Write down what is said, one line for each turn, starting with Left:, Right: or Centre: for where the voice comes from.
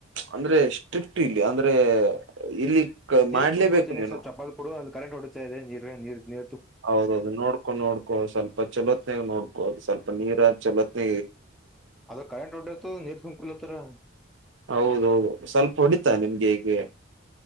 Right: ಅಂದ್ರೆ ಸ್ಟ್ರಿಕ್ಟ್ ಇಲ್ಲಿ ಅಂದ್ರೆ ಇಲ್ಲಿ ಕ-
Centre: ನೀರ್
Right: ಮಾಡ್ಲೇಬೇಕು
Centre: ತುಂಬಕೋತೀನ
Right: ನೀನು
Centre: ಸ್ವಲ್ಪ ಚಪಾ ಕೊಡು ಅದು ಕರೆಂಟ್ ಹೊಡತಾ ಇದೆ ನೀರ್ ನೀರ್ ನೀ
Right: ಹೌದೌದು ನೋಡ್ಕೊ ನೋಡ್ಕೋ ಸ್ವಲ್ಪ ಚಲೋತ್ನಾಗ ನೋಡ್ಕೋದು ಸ್ವಲ್ಪ ನೀರ ಚಲೋತ್ನ
Centre: ಅದು ಕರೆಂಟ್ ಒಟ್ಟೋಯ್ತು ನೀರ್ ತುಂಕಲಿಟ್ರೆ
Right: ಹೌದೌದು ಸೊಂಪು ಹೊಡಿತಾ ನಿಮ್ಗೆ ಹಗೆ